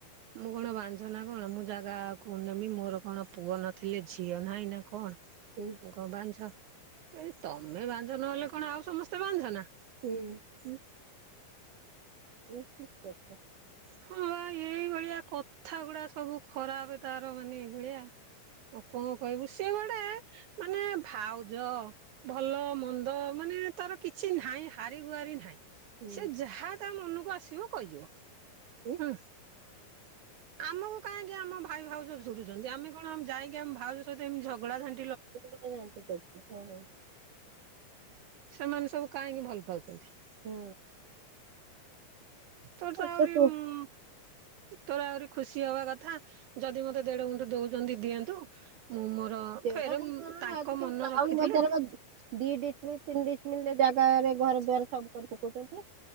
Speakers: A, on the right; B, on the right.
A: ମୁଁ କଣ ବାଞଛ ନା କଣ ମୁଁ ଜାଗା କ ନେବି ମୋର କଣ ପୁଅ ନଥିଲେ ଝିଅ ନାହିଁ ନା କଣ
B: ହୁଁ
A: କ ବାଞ୍ଝ ଏ ତମେ ବାଞ୍ଝ ନହେଲେ କଣ ଆଉ ସମସ୍ତେ ବାନ୍ଛ ନା
B: ହୁଁ
A: ହୁଁ
B: ଏ ଠିକ କରଛ
A: ହଁ ବା ଏଇଭଳିଆ କଥା ଗୁଡା ସବୁ ଖରାପ ତାର ମାନେ ଏଇଭଳିଆ ଆଉ କଣ କହିବୁ, ସିଏ ଗୋଟେ ମାନେ ଭାଉଜ ଭଲ ମନ୍ଦ ମାନେ, ତାର କିଛି ନାହିଁ, ହାରି ଗୁହାରି ନାହିଁ।
B: ହୁଁ
A: ସେ ଯାହା ତା ମନକୁ ଆସିବ, କହିଯିବ,
B: ଉଁ
A: ହୁଁ। ଆମକୁ କାହିଁକି ଆମ ଭାଇ ଭାଉଜ ଝୁରୁଚନ୍ତି, ଆମେ କଣ ଯାଇକି ଆମ ଭାଉଜ ସହିତ ଏମିତି ଝଗଡ଼ା ଝାନ
B: <unintelligible> କରୁଛି, ହ ହଁ।
A: ସେମାନେ ସବୁ କାହିଁକି ଭଲ ପାଉଚନ୍ତି?
B: ହୁଁ।
A: ତୋର ତ ଆଉରି
B: ହୁଁ।
A: ଉମ୍ ତୋର ଆହୁରି ଖୁସି ହବା କଥା, ଯଦି ମତେ ଦେଢ ଗୁଣ୍ଠ ଦଉଚନ୍ତି ଦିଅନ୍ତୁ, ମୁଁ ମୋ ର,
B: ଦେଢ
A: ଫେର
B: ଗୁଣ୍ଠୁ ହେଲାଣି
A: ତାଙ୍କ
B: ଆଜିକାଲି
A: ମନ
B: ଟାଉନ
A: ରଖିଥିଲେ
B: ବଜାର ବା ଦି ଡିସମିଲ, ତିନି ଡିସମିଲ ଜାଗାରେ, ଘର ଦ୍ୱାର ସବୁ କରି ପକଉଚନ୍ତି।